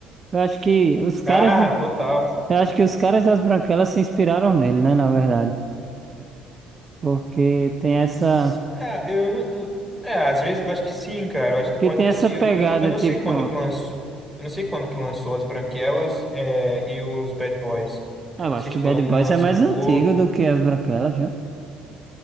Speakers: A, on the right; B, in the centre.
A: Eu acho que os caras
B: Ah,
A: do-
B: total.
A: eu acho que os caras das Branquelas se inspiraram nele, né, na verdade. Porque tem essa
B: S- É, eu, não- eu- é, às vezes eu acho que sim, cara. Eu acho que pode
A: que tem
B: ter
A: essa
B: sido,
A: pegada
B: porque eu não, eu não
A: tipo,
B: sei quando que lançou. Eu não sei quando que lançou as Branquelas, é, e os Bad Boys.
A: ah, eu
B: Não
A: acho
B: sei se
A: que
B: foi
A: Bad
B: um
A: Boys
B: antes
A: é mais
B: do outro.
A: antigo do que as Branquelas, viu?